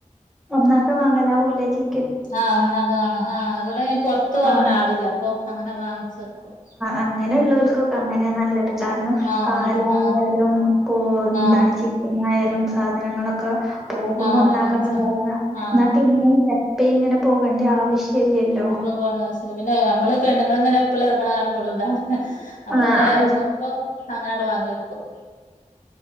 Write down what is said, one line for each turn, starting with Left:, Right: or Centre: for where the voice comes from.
Centre: ഒന്നാകെ വാങ്ങലാവുംല്ലേ ചി
Left: ആഹ് ഒന്നാക്കെ വാങ്ങാം ആഹ് ഇവിടെ പൊറത്തു പോവാൻ
Centre: ആഹ്
Left: ആളില്ല അപ്പൊ അങ്ങനെ വാങ്ങിച്ച് വെക്കും
Centre: അങ്ങനെ ഉള്ളവർക്കൊക്കെ അങ്ങനെ നല്ലത് കാരണം
Left: ആഹ്
Centre: പാലായാലും
Left: നല്ലത് ആഹ്
Centre: പ്പോ എന്താണ്
Left: ആഹ്
Centre: ചിക്കനായാലും സാധനങ്ങളൊക്കെ പോകുമ്പോ
Left: ആഹ്
Centre: ഒന്നാക്കൻ
Left: വാങ്ങിച്ച
Centre: വാങ്ങാ
Left: ആഹ്
Centre: ന്നാ പിന്നെ എപ്പഴും ഇങ്ങനെ പോകേണ്ട ആവശ്യം ഇല്ലല്ലോ
Left: പോ പിന്നെമ്മള് പെണ്ങ്ങൾ ഇങ്ങനെ എപ്പോഴും ഇറങ്ങണ കാണുമ്പോും എതാണ് <unintelligible> അപ്പൊ
Centre: ആഹ്
Left: ഞാൻ
Centre: അത്
Left: ഇറങ്ങുമ്പോ അങ്ങനങ്ങട്ട് വാങ്ങി വെക്കും